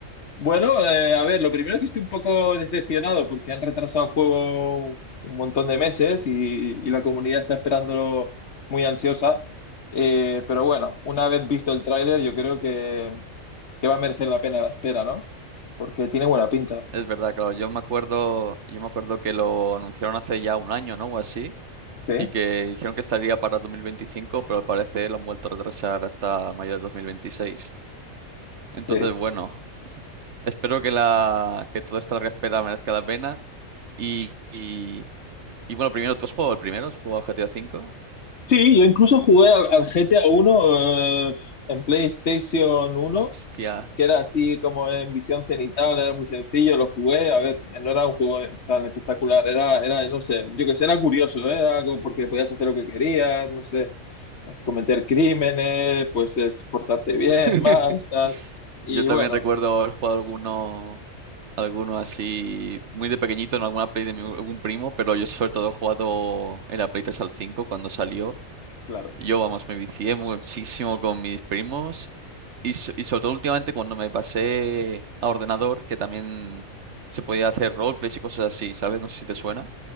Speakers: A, on the left; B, on the right.
A: Bueno, eh, a ver, lo primero que estoy un poco decepcionado porque han retrasado el juego un montón de meses y, y la comunidad está esperándolo muy ansiosa. Eh, pero bueno, una vez visto el tráiler, yo creo que, que va a merecer la pena la espera, ¿no? Porque tiene buena pinta.
B: Es verdad, claro, yo me acuerdo, yo me acuerdo que lo anunciaron hace ya un año, ¿no? O así,
A: Sí,
B: y que dijeron que estaría para 2025, pero al parecer lo han vuelto a retrasar hasta mayo de 2026. Entonces,
A: sí.
B: bueno, espero que la, que toda esta larga espera merezca la pena. Y, y, y bueno, primero, ¿tú has jugado el primero? ¿Has jugado GTA V?
A: Sí, yo incluso jugué al, al GTA uno eh, en PlayStation uno,
B: <laughs> Hostia.
A: que era así como en visión cenital, era muy sencillo, lo jugué, a ver, no era un juego tan espectacular, era, era, no sé, yo que sé, era curioso, ¿eh? Era algo porque podías hacer lo que querías, no sé, cometer crímenes, pues es portarte
B: <laughs>
A: bien, mal, tal, y
B: Yo también
A: bueno,
B: recuerdo haber jugado alguno, alguno así, muy de pequeñito en alguna Play de mi- algún primo, pero yo sobre todo he jugado en la Play 3 al 5 cuando salió.
A: claro.
B: Yo, vamos, me vicié muchísimo con mis primos y, so- y sobre todo últimamente cuando me pasé a ordenador, que también se podía hacer roleplays y cosas así, ¿sabes? No sé si te suena.